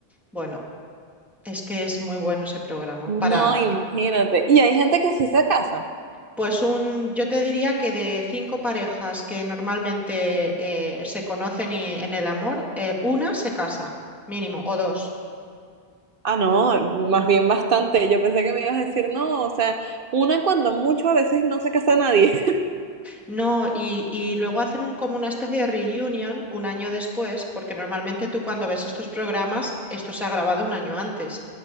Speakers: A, in the centre; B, on the right.
A: Bueno. Es que es muy bueno ese programa.
B: No,
A: Para,
B: imagínate. Y hay gente que sí se casa.
A: pues un, yo te diría que de cinco parejas que normalmente eh, se conocen y, en el amor, eh, una se casa, mínimo, o dos.
B: Ah, no, más bien bastante. Yo pensé que me ibas a decir, no, o sea, una cuando mucho a veces no se casa nadie.
A: No, y, y luego hacen un, como una especie de reunion un año después, porque normalmente tú cuando ves estos programas, esto se ha grabado un año antes.